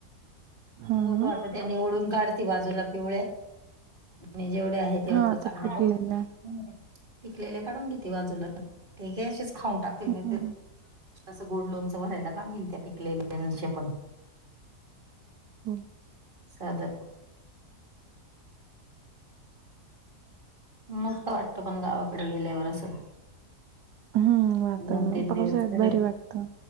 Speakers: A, on the right; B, on the right.
A: कुंभकता
B: हां ना.
A: त्यांनी ओढून काढते बाजूला पिवळ्या आणि जेवढे आहे तेवढ्याच
B: हां, आता
A: चांगले
B: पिकलेलं
A: पण होते.
B: आहे.
A: पिकलेल्या काढून घेते बाजूला ते का अशीच खाऊन टाकतील
B: हं,
A: नाही ते असं गोड लोणचं भरायला कामी येईल त्या पिकलेल्या‌‌ श पण
B: हो.
A: साध मस्त वाटत पण गावाकडे गेल्यावर असं.
B: हं, वातावरण
A: दोन तीन
B: पावसाळ्यात
A: दिवस झाले.
B: भारी वाटतं.